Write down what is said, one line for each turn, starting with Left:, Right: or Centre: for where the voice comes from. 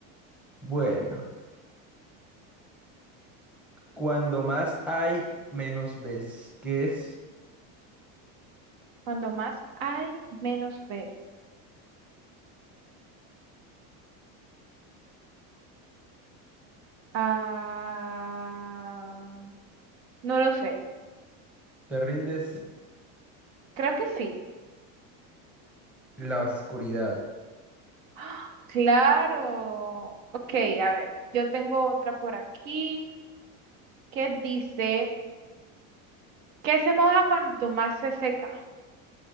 Centre: Bueno, cuando más hay, menos ves. ¿Qué es?
Right: Cuando más hay, menos ves. Ah, no lo sé.
Centre: Te rindes
Right: Creo que sí.
Centre: la oscuridad.
Right: ¡Ah! Claro. Ok, a ver. Yo tengo otra por aquí que dice, ¿qué se moja cuando más se seca?